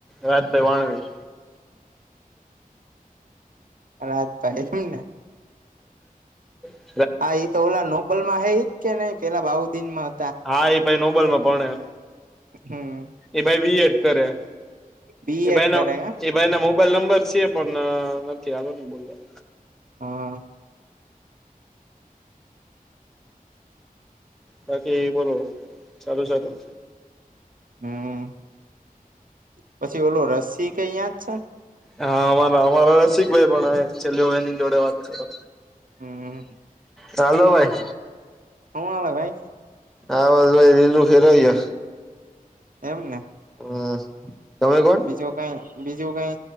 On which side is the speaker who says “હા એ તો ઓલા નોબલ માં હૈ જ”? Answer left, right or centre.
Right